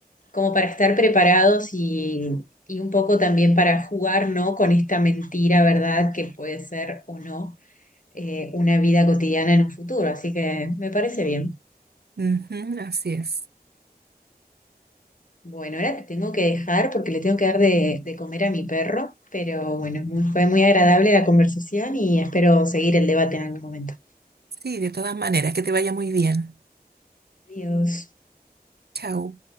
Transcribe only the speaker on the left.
como para estar preparados y, y un poco también para jugar, ¿no? Con esta mentira, ¿verdad? Que puede ser o no eh, una vida cotidiana en un futuro. Así que me parece bien.
Bueno, ahora te tengo que dejar porque le tengo que dar de, de comer a mi perro, pero bueno, muy- fue muy agradable la conversación y espero seguir el debate en algún momento.
Adiós.